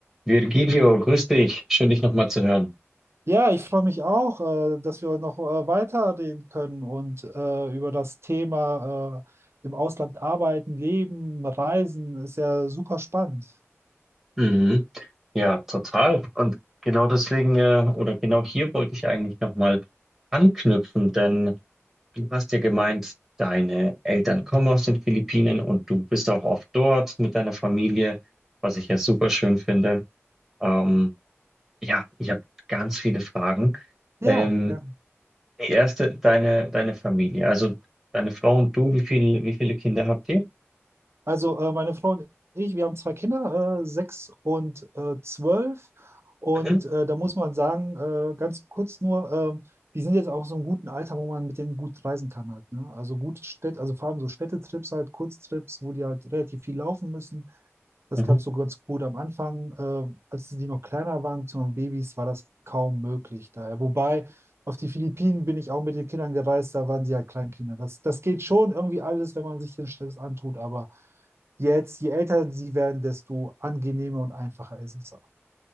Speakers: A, in the centre; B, on the right.
A: Virgilio, grüß dich. Schön, dich nochmal zu hören.
B: Ja, ich freue mich auch, äh, dass wir noch äh, weiterreden können und äh, über das Thema äh, im Ausland arbeiten, leben, reisen. Ist ja super spannend.
A: Mhm. Ja, total. Und genau deswegen, äh, oder genau hier wollte ich eigentlich nochmal anknüpfen, denn du hast ja gemeint, deine Eltern kommen aus den Philippinen und du bist auch oft dort mit deiner Familie, was ich ja super schön finde. Ähm, ja, ich habe ganz viele Fragen.
B: Ja,
A: Ähm,
B: gerne.
A: die erste, deine, deine Familie, also deine Frau und du, wie viel, wie viele Kinder habt ihr?
B: Also äh, meine Frau und ich, wir haben zwei Kinder, äh, sechs und äh, zwölf. Und
A: Mhm.
B: äh, da muss man sagen, äh, ganz kurz nur, äh, die sind jetzt auch so im guten Alter, wo man mit denen gut reisen kann halt. Ne? Also gut Städte, also vor allem so Städtetrips halt, Kurztrips, wo die halt relativ viel laufen müssen. Das
A: Mhm.
B: klappt so ganz gut am Anfang. Äh, als die noch kleiner waren, beziehungsweise Babys, war das kaum möglich daher. Wobei auf die Philippinen bin ich auch mit den Kindern gereist, da waren sie halt Kleinkinder. Das, das geht schon irgendwie alles, wenn man sich den Stress antut, aber jetzt, je älter sie werden, desto angenehmer und einfacher ist es auch.